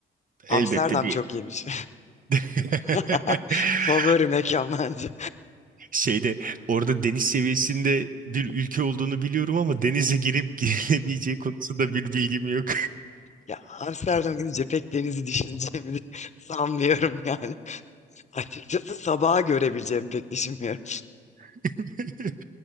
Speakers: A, on the left; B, on the right.
A: Amsterdam
B: elbette bir
A: çok iyiymiş.
B: <laughs>
A: <laughs> Favori mekan bence.
B: şeyde orada deniz seviyesinde bir ülke olduğunu biliyorum ama denize girip <laughs> giremeyeceği konusunda bir bilgim yok.
A: Ya Amsterdam gidince pek denizi düşüneceğimi <laughs> sanmıyorum yani. Açıkçası sabaha görebileceğimi pek düşünmüyorum.
B: <laughs>